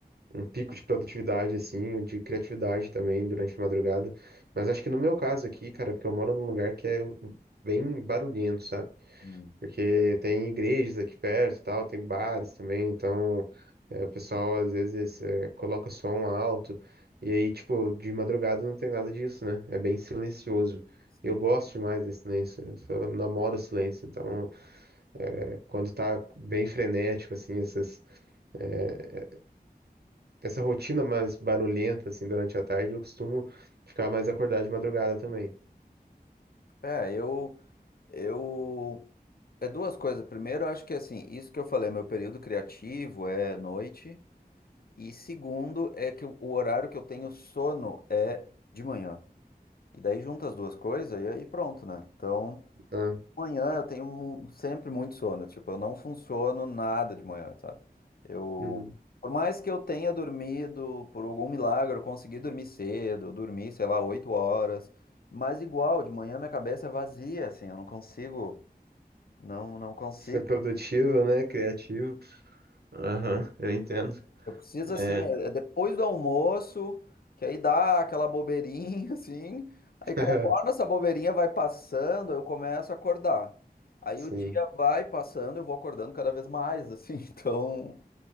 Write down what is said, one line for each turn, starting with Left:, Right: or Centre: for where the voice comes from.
Right: um pico de produtividade, assim, de criatividade também durante a madrugada. Mas acho que no meu caso aqui, cara, porque eu moro num lugar que é um- bem barulhento, sabe?
Left: Hum,
Right: Porque tem igrejas aqui perto e tal, tem bares também, então é, o pessoal às vezes é, coloca som alto. E aí, tipo, de madrugada não tem nada disso, né? É bem silencioso.
Left: sim.
Right: Eu gosto demais desse silêncio, eu só namoro o silêncio. Então, é, quando tá bem frenético, assim, essas. é, Essa rotina mais barulhenta, assim, durante a tarde, eu costumo ficar mais acordado de madrugada também.
Left: É, eu, eu. É duas coisas. Primeiro, eu acho que assim, isso que eu falei, meu período criativo é noite. E segundo, é que o o horário que eu tenho sono é de manhã. E daí junta as duas coisas e aí pronto, né? Então.
Right: Ah,
Left: Manhã eu tenho mu- sempre muito sono, tipo, eu não funciono nada de manhã, sabe? Eu,
Right: uhum.
Left: por mais que eu tenha dormido, por algum milagre, eu consegui dormir cedo, eu dormi, sei lá, oito horas, mas igual, de manhã minha cabeça é vazia, assim, eu não consigo, não, não consigo.
Right: Ser produtivo, né? Criativo. Aham, eu entendo.
Left: Eu preciso, assim,
Right: É,
Left: é é depois do almoço, que aí dá aquela bobeirinha, <laughs> assim. Aí,
Right: <laughs>
Left: conforme essa bobeirinha vai passando, eu começo a acordar. Aí
Right: Sim.
Left: o dia vai passando, eu vou acordando cada vez mais, assim. <laughs> Então,